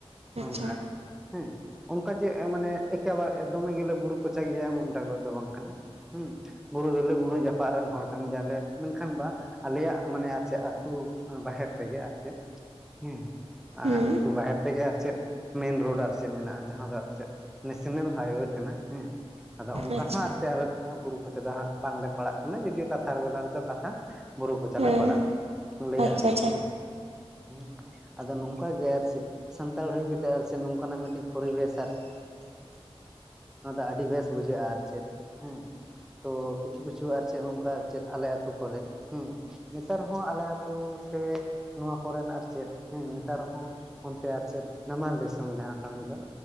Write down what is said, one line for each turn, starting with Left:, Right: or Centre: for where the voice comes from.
Right: ᱟᱪᱪᱷᱟ
Centre: ᱚᱱᱠᱟ, ᱦᱮᱸ ᱚᱱᱠᱟ ᱡᱮ ᱢᱟᱱᱮ ᱮᱠᱮᱵᱟᱨ ᱫᱚᱢᱮ ᱜᱮᱞᱮ ᱵᱩᱨᱩ ᱠᱚᱪᱟᱜᱮᱭᱟ ᱮᱢᱚᱱ ᱴᱟ ᱫᱚ ᱵᱟᱝ ᱠᱟᱱᱟ ᱾ ᱦᱩᱸ ᱵᱩᱨᱩ ᱫᱚᱞᱮ ᱵᱩᱨᱩ ᱡᱟᱯᱟᱜ ᱨᱮᱱ ᱦᱚᱲ ᱠᱟᱱ ᱜᱮᱭᱟᱞᱮ ᱢᱮᱱᱠᱷᱟᱱ ᱵᱟ ᱟᱞᱮᱭᱟᱜ ᱢᱟᱱᱮ ᱟᱨ ᱪᱮᱫ ᱟᱹᱛᱩ ᱵᱟᱦᱮᱨ ᱛᱮᱜᱮ ᱟᱨ ᱪᱮᱫ, ᱦᱮᱸ ᱟ
Right: ᱦᱮᱸ
Centre: ᱟᱛᱩ ᱵᱟᱦᱮᱨ ᱛᱮᱜᱮ ᱟᱨ ᱪᱮᱫ ᱢᱮᱱ ᱨᱳᱰ ᱟᱨ ᱪᱮᱫ ᱢᱮᱱᱟᱜ-ᱟ ᱡᱟᱦᱟᱸ ᱫᱚ ᱟᱨ ᱪᱮᱫ ᱱᱮᱥᱱᱮᱞ ᱦᱟᱭ ᱳᱭᱮ ᱠᱟᱱᱟ ᱦᱮᱸ ᱾ ᱟᱫᱚ ᱚᱱᱠᱟ
Right: ᱟᱪᱪᱷᱟ
Centre: ᱦᱚᱸ ᱟᱨ ᱪᱮᱫ ᱟᱞᱮ ᱵᱩᱨᱩ ᱠᱚᱪᱟ ᱫᱚ ᱦᱟᱸᱜ ᱵᱟᱝᱞᱮ ᱯᱟᱲᱦᱟᱜ ᱠᱟᱱᱟ ᱡᱩᱫᱤᱭᱳ ᱠᱟᱛᱷᱟ ᱵᱮᱞᱟ ᱨᱮᱫᱚ ᱠᱟᱛᱷᱟ ᱵᱩᱨᱩ ᱠᱚᱪᱟᱞᱮ
Right: ᱦᱮᱸ
Centre: ᱯᱟᱲᱟᱜ-ᱟ ᱞᱟᱹᱭᱟᱜ
Right: ᱟᱪᱪᱷᱟ
Centre: ᱟᱞᱮ᱾
Right: ᱟᱪᱪᱷᱟ
Centre: ᱦᱩᱸ ᱟᱫᱚ ᱱᱚᱝᱠᱟ ᱜᱮ ᱟᱨ ᱪᱮᱫ ᱥᱟᱱᱛᱟᱲ ᱦᱩᱭ ᱠᱟᱛᱮ ᱟᱨ ᱪᱮᱫ ᱱᱚᱝᱠᱟᱱᱟᱜ ᱢᱤᱫᱴᱤᱡ ᱯᱚᱨᱤᱵᱮᱥ ᱟᱨ <inaudible> ᱟᱹᱰᱤ ᱵᱮᱥ ᱵᱩᱡᱷᱟᱹᱜ-ᱟ ᱟᱨ ᱪᱮᱫ ᱦᱮᱸ ᱛᱚ ᱠᱤᱪᱷᱩ ᱠᱤᱪᱷᱩ ᱟᱨ ᱪᱮᱫ ᱚᱱᱠᱟ ᱪᱮᱫ ᱟᱞᱮ ᱟᱹᱛᱩ ᱠᱚᱨᱮ ᱦᱮᱸ, ᱱᱮᱛᱟᱨ ᱦᱚᱸ ᱟᱞᱮ ᱟᱛᱩ ᱥᱮ ᱱᱚᱣᱟ ᱠᱚᱨᱮᱱ ᱟᱨ ᱪᱮᱫ ᱦᱮᱸ ᱱᱮᱛᱟᱨ ᱦᱚᱸ ᱚᱱᱛᱮ ᱟᱨ ᱪᱮᱫ ᱱᱟᱢᱟᱞ ᱫᱤᱥᱚᱢ ᱡᱟᱦᱟᱸ ᱠᱟᱹᱢᱤ ᱫᱚ,